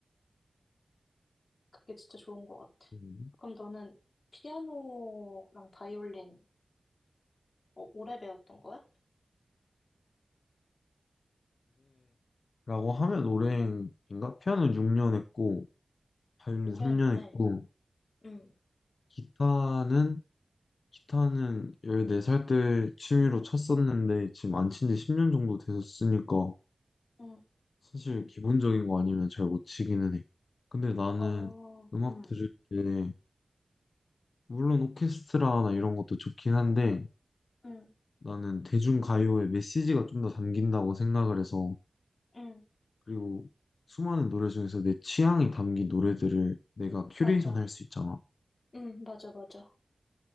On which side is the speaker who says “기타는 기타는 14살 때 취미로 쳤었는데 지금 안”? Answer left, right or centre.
Left